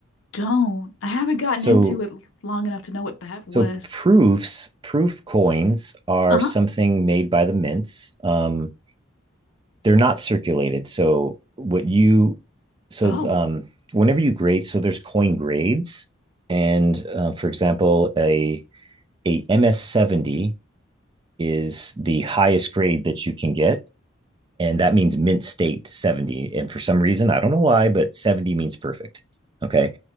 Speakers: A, on the left; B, on the right.
A: don't, I haven't gotten
B: So
A: into it long enough to know what that was.
B: so proofs, proof coins are
A: Uh-huh.
B: something made by the mints. Um, they're not circulated. So what you so
A: Oh,
B: um whenever you grade, so there's coin grades, and uh, for example, a a MS seventy is the highest grade that you can get and that means mint state 70 and for some reason i don't know why but 70 means perfect okay